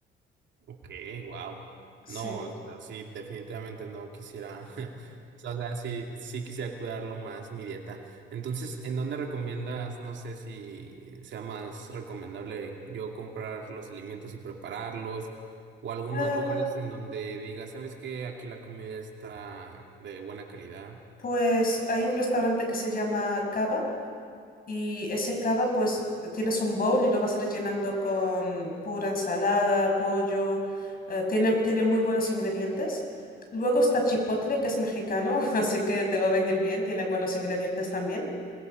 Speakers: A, on the right; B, on the left.
A: Ok, wow.
B: Sí.
A: No, o sea, sí, definitivamente no quisiera, <laughs> o sea, o sea, sí, sí quisiera cuidarlo más mi dieta. Entonces, ¿en dónde recomiendas? No sé si sea más recomendable yo comprar los alimentos y prepararlos o algunos
B: Eh,
A: lugares en donde diga, ¿sabes qué? Aquí la comida está de buena calidad.
B: pues hay un restaurante que se llama Cava Y ese cava, pues tienes un bowl y lo vas rellenando con pura ensalada, pollo. eh, tiene, tiene muy buenos ingredientes. Luego está chipotle, que es mexicano, <laughs> así que te va a venir bien, tiene buenos ingredientes también.